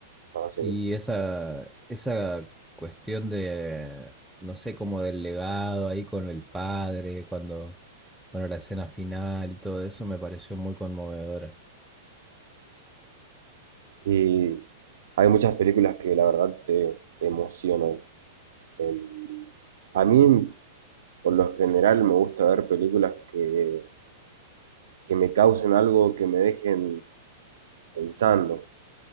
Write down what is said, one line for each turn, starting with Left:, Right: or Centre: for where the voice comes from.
Right: No sé,
Centre: Y esa, esa cuestión de, no sé, como del legado ahí con el padre, cuando, bueno, la escena final y todo eso me pareció muy conmovedora.
Right: Y hay muchas películas que la verdad te, te emocionan. Em, a mí, por lo general, me gusta ver películas que, que me causen algo, que me dejen pensando.